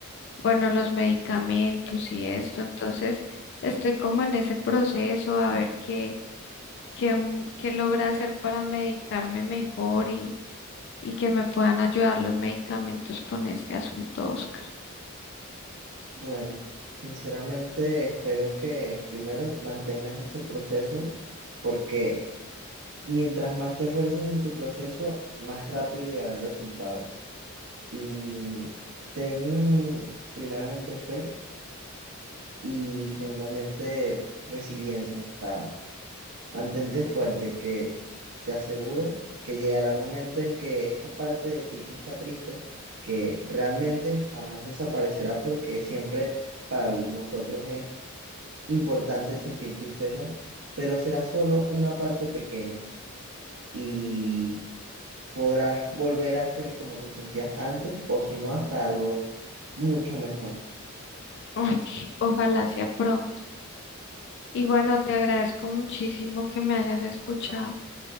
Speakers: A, on the left; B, on the right.
A: bueno, los medicamentos y esto. Entonces, estoy como en ese proceso a ver qué, qué, mm, qué logra hacer para medicarme mejor y, y que me puedan ayudar los medicamentos con este asunto, Oscar.
B: Bueno, sinceramente espero que primero mantengas ese proceso porque mientras más te esfuerces en tu proceso, más rápido llegará el resultado. y ten primeramente fe y segundamente resiliencia. O sea, mantente fuerte, que te aseguro que llegará el momento en que esa parte de ti que está triste, que realmente jamás desaparecerá porque siempre para nosotros es importante sentir tristeza, pero será solo una parte pequeña y podrás volver a ser como te sentías antes o si no hasta algo mucho mejor.
A: Uy, ojalá sea pronto. Y bueno, te agradezco muchísimo que me hayas escuchado.